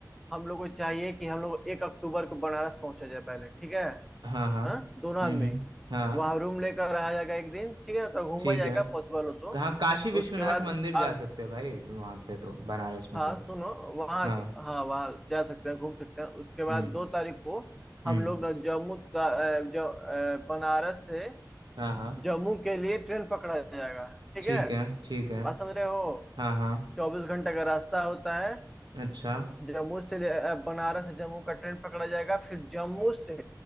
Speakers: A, in the centre; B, on the right.
A: हम लोग को चाहिए कि हम लोग एक अक्टूबर को बनारस पहुंचा जाए पहले ठीक है
B: हाँ हाँ
A: हाँ दोनों
B: हम्म
A: आदमी
B: हम्म, हाँ
A: वहां रूम लेकर रहा जाएगा एक दिन ठीक है ना, तो
B: ठीक
A: घूमा जाएगा
B: है
A: पॉसिबल हो तो
B: हाँ काशी विश्वनाथ
A: उसके बाद
B: मंदिर जा
A: आ,
B: सकते हैं भाई वहां पे तो बनारस में
A: हाँ
B: तो
A: सुनो वहाँ
B: हाँ
A: तो, हाँ वहाँ जा सकते हैं घूम सकते हैं उसके बाद
B: हम्म
A: दो तारीख को
B: हम्म
A: हम लोग ना जम्मू ता- अ, जो अ, बनारस से
B: हाँ हाँ
A: जम्मू के लिए ट्रेन पकड़ा जाएगा ठीक
B: ठीक
A: है
B: है ठीक है
A: बात समझ रहे हो
B: हाँ हाँ
A: चौबीस घंटे का रास्ता होता है
B: अच्छा
A: जम्मू से ले- अ, बनारस से जम्मू का ट्रेन पकड़ा जाएगा फिर जम्मू से